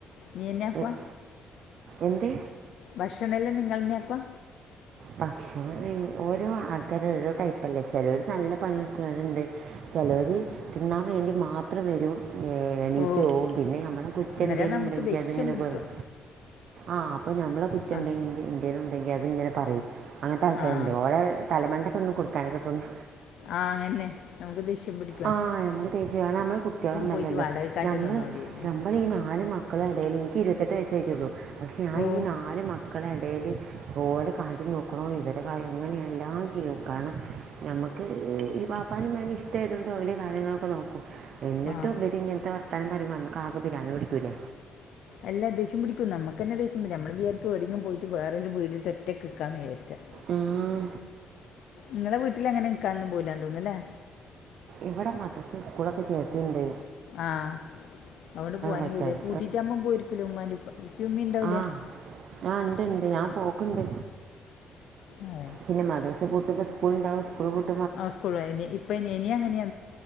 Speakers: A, on the left; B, on the right.
A: നീ എന്നെ ആക്കുവാ?
B: എ- എന്ത്?
A: ഭക്ഷണം എല്ലാം നിങ്ങൾന്നെയ ആക്ക
B: ഭക്ഷണം ഓരോ ആൾക്കാരും ഓരോ ടൈപ്പല്ലേ ചിലർ നല്ല പണി ടുക്കുന്നവരുണ്ട്.. ! ചെലോർ തിന്നാൻ വേണ്ടി മാത്രം വെരും. എണീറ്റോവും
A: ഓ
B: പിന്നെ നമ്മടെ കുറ്റം
A: അന്നേരം
B: എന്തേലും
A: നമുക്ക്
B: ഇണ്ടെങ്കി
A: ദേഷ്യം
B: അതിങ്ങനെ
A: പിടിക്കുക
B: പറിം. ആഹ്! അപ്പൊ നമ്മളെ കുറ്റംണ്ടെങ്കിൽ
A: ആ
B: എന്തേലും ഇണ്ടെങ്കിൽ അത് ഇങ്ങനെ പറയും. അങ്ങൻത്തെ ആൾക്കാർണ്ട്
A: ആ
B: ഓലെ തലമണ്ടക്കൊന്ന് കൊട്ക്കാൻ തോന്നും.
A: ആഹ് അതന്നെ നമുക്ക് ദേഷ്യം പിടി
B: ആഹ് നമുക്ക് ദേഷ്യണ് നമ്മള് കുട്ടിയാളൊന്നല്ലല്ലോ
A: പോയിട്ട് വാടകക്കാറ്റ്
B: നമ്മള്
A: നിന്നാ മതിയേന്ന്
B: നമ്മള് ഈ നാല് മ മക്കളെ എടേല് എനിക്ക് ഇരുപത്തെട്ട് വയസ്സായിട്ടെള്ളു പക്ഷെ ആ
A: ഓഹ്
B: ഈ നാല് മക്കള എടേല് ഓലെ കാര്യം നോക്കണോ ഇവരെ കാര്യം അങ്ങനെയ എല്ലാം ചെയ്യും കാരണം ഞമ്മക്ക് ഇപ്പാനും ഉമ്മാനെയും ഇഷ്ടമായതുകൊണ്ട് ഓലെ കാര്യങ്ങളൊക്കെ നോക്കും എന്നിട്ടും
A: ആഹ്
B: ഇവര് ഇങ്ങനത്തെ വർത്താനം പറുമോ നമുക്ക് ആകെ പിരാന്ത് പിടിക്കൂലേ
A: അല്ലാ ദേഷ്യം പിടിക്കും നമുക്ക് ന്നെ ദേഷ്യം വരും നമ്മള് വിചാരിക്കും എവടെങ്കും പോയിട്ട് വേരു ഒരു വീട് സെറ്റാക്കി വക്കാന്ന് വിചാരിക്കാം
B: ഉം
A: ഇങ്ങളെ വീട്ടിൽ അങ്ങനെ നിക്കക്കാനന്നും പോകൂലാ തോന്നുന്നല്ലേ
B: ഇവിടെ മദ്രസ്സും സ്കൂളും ഒക്കെ ചേർത്തിണ്ട്
A: ആഹ് അതെണ്ട് പോകാനും
B: പറ്റാതെ
A: കയ്യൂല പൂട്ടിറ്റാകുമ്പം പോയിരിക്കല ഉമ്മാന്റെ ഉപ്പാന്റെ ഉപ്പി ഉമ്മ ഉണ്ടാവില്ലേ
B: ആ ആ ഇണ്ട് ഇണ്ട് ഞാൻ പോക്ക്ണ്ട്
A: അതെ
B: പിന്നെ മദ്രസ പൂട്ടുബോ സ്കൂള് ഉണ്ടാവും സ്കൂൾ. പൂട്ടു
A: ആ സ്കൂൾ ഇപ്പം ഇ ഇനി അങ്ങനെയ